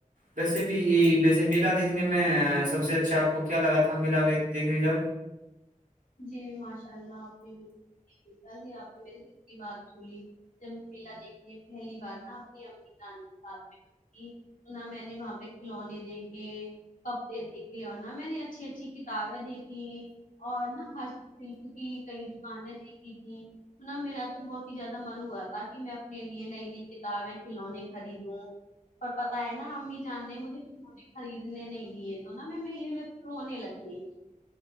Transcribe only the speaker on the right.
ویسے بھی ویسے میلا دیکھنے میں سب سے اچھا آپ کو کیا لگا تھا میلا دیکھنے جا